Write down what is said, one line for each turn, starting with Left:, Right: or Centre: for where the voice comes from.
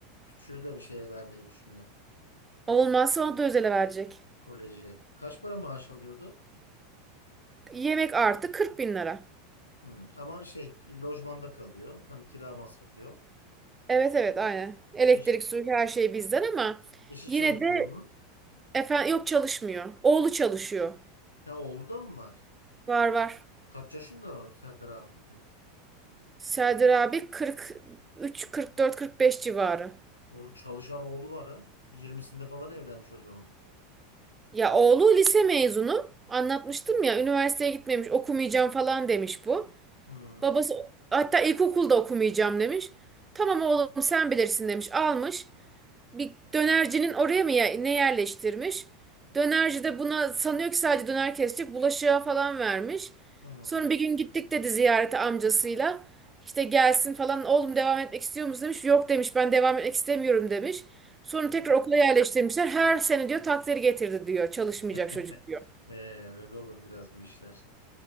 Left: küçüğü de bir şeye vermeyi düşünüyor.
Right: Olmazsa ona da özele verecek.
Left: Koleji. Kaç para maaş alıyordu?
Right: Yemek artı 40 bin lira.
Left: Hmm. Ama şey lojmanda kalıyor. Hani kira masrafı yok.
Right: Evet evet aynen. Elektrik,
Left: Eşi,
Right: su, her şey bizden ama
Left: eşi
Right: yine
Left: çalışıyor
Right: de
Left: mu?
Right: efendim yok çalışmıyor. Oğlu çalışıyor.
Left: Ya oğlu da mı var?
Right: Var var.
Left: Kaç yaşında o Serdar abi dedin?
Right: Serdar abi 43, 44, 45 civarı.
Left: O çalışan oğlu var ha. Yirmisinde falan evlenmiş o zaman.
Right: Ya oğlu lise mezunu. Anlatmıştım ya üniversiteye gitmemiş okumayacağım falan demiş bu.
Left: Hı.
Right: Babası hatta ilkokulda okumayacağım demiş. Tamam oğlum sen bilirsin demiş. Almış. Bir dönercinin oraya mı ye- ne yerleştirmiş? Dönerci de buna sanıyor ki sadece döner kesecek. Bulaşığa falan vermiş.
Left: Hı.
Right: Sonra bir gün gittik dedi ziyarete amcasıyla. İşte gelsin falan oğlum devam etmek istiyor musun demiş. Yok demiş ben devam etmek istemiyorum demiş. Sonra tekrar okula yerleştirmişler. Her sene diyor takdiri getirdi diyor. Çalışmayacak
Left: <laughs>
Right: çocuk diyor.
Left: Ee, öyle olur biraz bu işler.